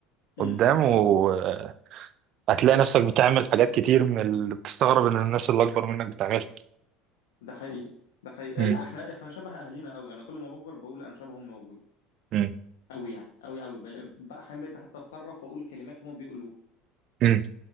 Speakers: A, on the right (about 50°); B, on the left (about 70°).
A: قدام
B: امم
A: وهتلاقي نفسك بتعمل حاجات كتير من اللي بتستغرب ان الناس اللي اكبر منك بتعملها
B: ده حقيقي ده حقيقي
A: مم.
B: لا احنا احنا شبه اهالينا قوي انا كل ما بكبر بقول انا شبه امي وابوي
A: مم.
B: قوي يعني قوي قوي بل- بقى احيانا بقيت حتى اتصرف واقول كلمات هما بيقولوها
A: مم.